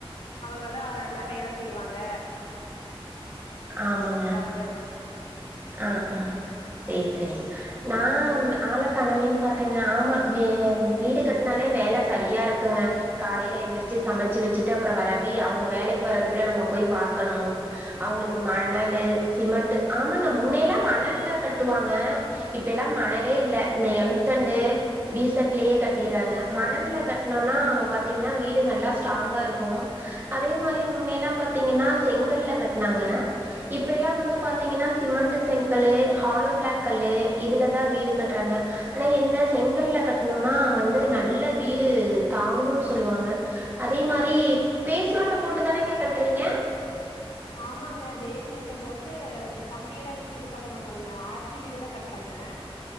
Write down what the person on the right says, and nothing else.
ஆமங்க
ஆ ஆ சேரி சேரிங்க நா ஆள கானலயேன்னு பாத்தேங்க ஆமா வி வீடு கட்டுனாலே வேல சரியா இருக்குங்க காலைல எந்திருச்சு சமச்சு வச்சுட்டு அப்பற வரவி அவங்க வேலைக்கு வரதுக்குள்ள நம்ம போய் பாக்கணு அவ்ங்களுக்கு மணலு சிமெண்ட் ஆமாங்க முன்னலா மணல்ல கட்டுவாங்க இப்பபெல்லா மணலே இல்ல இந்த எம்சண்டு பீஸண்ட்லயே கட்டிறாங்க மணல்ல கட்ணுனா பாத்தீங்கனா வீடு நல்லா ஸ்ட்ராங்கா இருக்கு அதே மாரி முன்னல்லா பாத்தீங்கனா செங்கல்ல கட்னாங்க இப்பல்லா வந்து பாத்தீங்கனா சிமெண்ட் செங்கல்லு ஹாலோ பிளாக் கல்லு இதுலதா வீடு கட்றாங்க ஆனா என்ன செங்கல்ல கட்ணுனா வந்து நல்லா வீடு தாங்குன் சொல்வாங்க அதே மாரி பேஸ் மட்டு போட்டுதானங்க கட்றீங்க